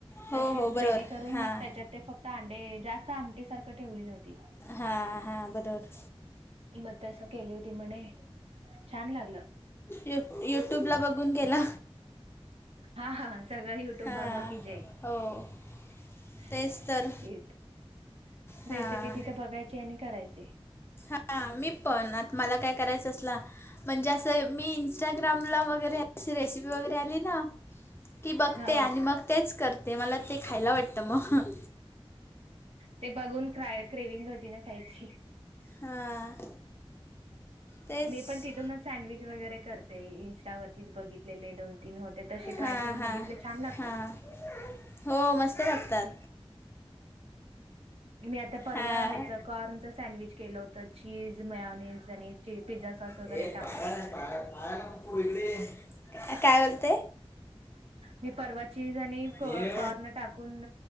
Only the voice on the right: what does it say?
तशीच
ग्रेव्हि
करून,
मग त्याच्यात ते फक्त अंडे जास्त आमटी सारखं ठेवली नव्हती.
म तस केली होती म्हणे, छान लागल.
हा-हा सगळं यु ट्यूब
बाबा की जय!
<unintelligible>
रेसिपी
तिथं बघायची आणि करायची.
हो
ते बघून क्राय क्रेविंग होती ना खायची?
मी पण तिथूनच सँडविच वगैरे करते, इन्स्टावररतीच बघितलेले दोन--तीन होते तसे
ट्राय करून
बघित तले छान लागतात.
मी आता परवा
हेच कॉर्नच सँडविच केलं होत, चीज म्यावनीज आणि चे पिझ्झा सॉस वगैरे
टाकून
मी परवा चीज आणि को
कॉर्न टाकून,